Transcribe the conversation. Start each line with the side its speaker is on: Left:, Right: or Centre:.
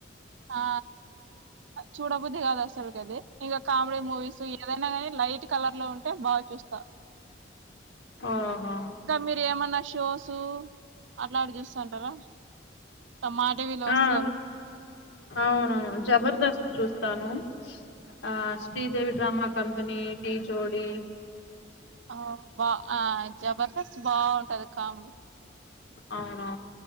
Right: ఆ చూడబుద్ది కాదు అసలుకి అది ఇంకా కామెడీ మూవీస్ ఏదైనా కాని లైట్ కలర్ లో ఉంటే బాగా చూస్తా.
Left: ఓహో
Right: ఇంకా మీరు ఏమన్నా షోసు అట్లాంటి చూస్తంటారా టా మా టివీలో వస్తారు.
Left: ఆ అవునవును జబర్దస్త్ చూస్తాను, ఆ శ్రీదేవి డ్రామా కంపెనీ, డీజోడీ.
Right: ఆ బా ఆ జబర్దస్త్ బావుంటది. కామెడి
Left: అవునా